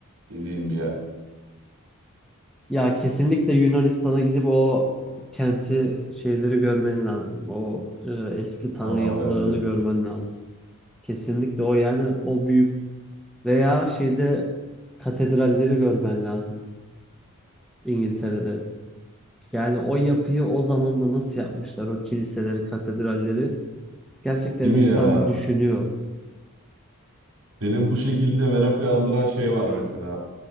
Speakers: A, on the right (about 75°); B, in the centre.
A: dediğin bir yer.
B: Ya kesinlikle Yunanistan'a gidip o kenti şeyleri görmen lazım. O e, eski tanrı
A: Aa
B: yapılarını
A: evet.
B: görmen lazım. Kesinlikle o yani o büyük veya şeyde katedralleri görmen lazım İngiltere'de. Yani o yapıyı o zamanda nasıl yapmışlar o kiliseleri, katedralleri. Gerçekten
A: Değil mi
B: insan
A: ya?
B: bir düşünüyor.
A: Benim bu şekilde merak uyandıran şey var mesela.